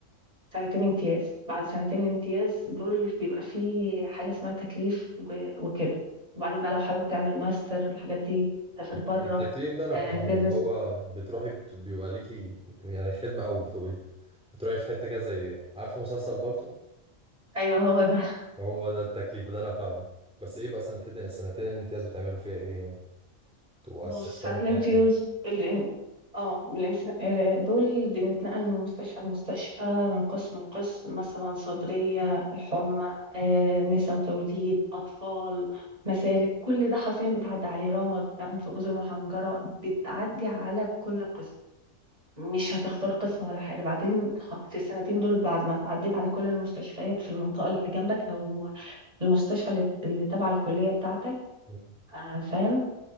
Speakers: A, on the right; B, in the centre.
A: سنتين امتياز بعد سنتين الامتياز دول بيبقى فيه حاجه اسمها تكليف و- وكده وبعدين بقى لو حابب تعمل ماستر والحاجات دي تسافر بره
B: التكليف ده أنا
A: آه،
B: فاهمه
A: تدرس
B: اللي هو بتروحي بت- بيبقى ليكي يعني خدمة أو بتبقي بتروحي في حتة كده زي عارفة مسلسل بالطو
A: ايوه هو ده
B: هو ده التكليف ده أنا فاهمه بس إيه بقى سنتين سنتين الامتياز بتعملوا فيها إيه يعني؟ تبقوا
A: بص
B: أسيستنت
A: ساعات الامتياز
B: يعني ولا
A: اللي اه من الامتنا- آه، دول بنتنقل من مستشفى لمستشفى من قسم لقسم مثلا صدرية الحمى آه، نساء وتوليد أطفال مسالك كل ده حرفيا بتعدي عليه رمد أنف أذن وحنجرة بتعدي على كل قسم مش هتختار قسم ولا حاجة بعدين خ- في السنتين دول بعد ما تعديت على كل المستشفيات في المنطقة اللي جنبك أو المستشفى اللي اللي تبع الكلية بتاعتك
B: <laughs>
A: آه، فاهم